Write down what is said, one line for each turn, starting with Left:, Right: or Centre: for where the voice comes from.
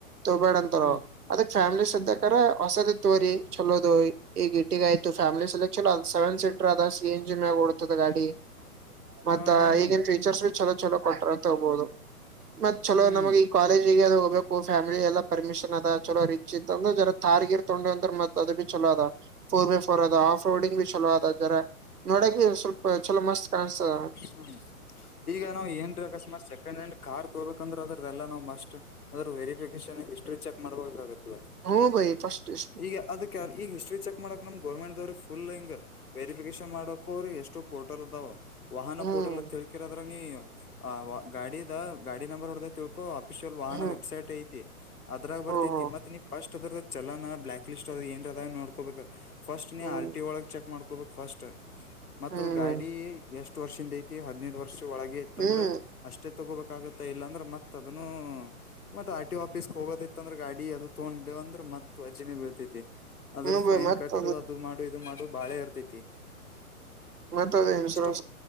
Right: ತೊಬೇಡಂತ
Left: ಹ್ಮ್
Right: ಅದಕ ಫ್ಯಾಮ್ಲಿ ಸದ್ದಕರ ಹೊಸದ ತೋರಿ ಚಲೋದು ಈಗ ಇಟ್ಟಗ ಆಯ್ತು ಫ್ಯಾಮ್ಲಿ ಸಲ ಚಲ ಸೆವೆನ್ ಸೀಟರ್ ಅದ ಸ ಸಿ ಎನ್ಜಿ ಮ್ಯಾಲ ಓಡ್ತದ ಗಾಡಿ
Left: <inaudible>
Right: ಮತ್ತ
Left: ಹಾ ಹಾ
Right: ಈಗನ್ ಫೀಚರ್ಸ್ ಚಲೋ ಚಲೋ ಕೊಟ್ರ ಅಂತ ತುಬದು. ಮತ್ ಚಲೋ
Left: ಹ್ಮ್
Right: ನಮಗ್ ಈ ಕಾಲೇಜಗ ಅದು ಹೋಗಕ ಫ್ಯಾಮಿಲಿ ಎಲ್ಲ ಪರ್ಮಿಷನ್ ಅದ ಚಲೋ ರಿಚ್ ಈತ ಅಂದ್ರ ಜರ ತಾರ್ಗಿರ್ ತಗೊಂಡು ಅಂದ್ರ ಮ ಚಅದಬಿ ಚಲೋ ಅದ ಬೈಫೋರ್ ಆಫ ರೋಡಂಗ ಚಲೋ ಅದ ಜರಾ ನೋಡಕ ಸ್ವಲ್ಪ ಚಲೋ ಮಸ್ತ್ ಕಾಣಸತದ.
Left: ಹ್ಮ ಈಗ ನಾವ್ ಏನ್ರ ಅಕಸ್ಮಾತ್ ಸೆಕೆಂಡ್ ಹ್ಯಾಂಡ್ ಕಾರ್ ತಗೋಬೇಕಂದ್ರೆಅದ್ರದೆಲ್ಲ ನಾವು ಮಸ್ಟ್ ಅದ್ರ ವೆರಿಫಿಕೇಶನ್ ಹಿಸ್ಟ್ರಿ ಚೆಕ್ ಮಾಡ್ಬೇಕ ಆಗತ್ತಾಲ.
Right: ಹ್ಮ ಭೈ ಪಷ್ಟ ಇಷ್ಟ
Left: ಈಗ ಅದಕ್ಕ ಈಗ ಹಿಸ್ಟ್ರ ಚಕ್ ಮಾಡಕ್ ನಮ್ ಗರ್ಮೆಂಟ್ ದವ್ರ ಫುಲ್ ಹಿಂಗ ವೆರಿಫಿಕೇಶನ್ ಮಾಡಕೋರಿ ಎಷ್ಟು ಪೋರ್ಟಲ್ ಅದಾವ ವಾಹನ
Right: ಹ್ಮ್
Left: ಪೋಟಲ್ ಅತ್ತ ಹೇಳ್ಕೆರಿ ಅದ್ರ ನೀ ಆ ಗಾಡಿದ ಗಾಡಿ ನಂಬರ್ ಹೊಡದ ತಿಲ್ ಕೋ ಆಫಿಷಿಯಲ್ ವಾಹನ
Right: ಹ್ಮ್
Left: ವಬ್ಸೈಟ್ ಐ ತಿ ಅದ್ರಾ ಬರ್ತೈತಿ
Right: ಓ ಹೋ
Left: ಮತ್ತ ನೀ ಫಸ್ಟ್ ಅದ್ರ ಚಲನ ಬ್ಲಾಕ್ ಲಿಸ್ಟ್ ಅದ ಏನ್ರ ಅದ ನೋಡ್ಕೋಬೇಕ. ಫಸ್ಟ್ ನೀ
Right: ಹ್ಮ್
Left: ಆರ್ ಟಿ ಒಳಗ ಚೆಕ್ ಮಾಡ್ಕೋಬೇಕ ಫಸ್ಟ್ ಮತ್ತ
Right: ಹ್ಮ್
Left: ಅದ ಗಾಡಿ ಎಷ್ಟ ವರ್ಷಿಂದ ಐತಿ ಹದ್ನೈದ ವರ್ಷ ಒಳಗೆ ಇತ್ತಂದ್ರ
Right: ಹ್ಮ್
Left: ಅಷ್ಟೇ ತಗೋಬೇಕಾಗತ್ತ ಇಲ್ಲಾಂದ್ರೆ ಮತ್ತತ ಅದನ್ನು ಮತ್ತ ಆರ್ಟಿ ಆಫೀಸ್ ಹೋಗೋತ್ತೈತ್ತ ಅಂದ್ರೆ ಗಾಡಿ ಅದು ತಗೊಂಡ್ ಅಂದ್ರೆ ಮತ್ತ ಓಜ್ಜಿನೇ ಬೀಳತತಿ. ಅದ್ರ
Right: ಹ್ಮ ಬೈ
Left: ಫೈನ್
Right: ಮತ್
Left: ಕಟ್ಟು ಅದು ಮಾಡು ಇದು ಮಾಡು ಬಾಳೆ ಇರ್ತೈತಿ.
Right: ಮತ್ತ ಅದ ಇನ್ಸೂರೆನ್
Left: ಫಸ್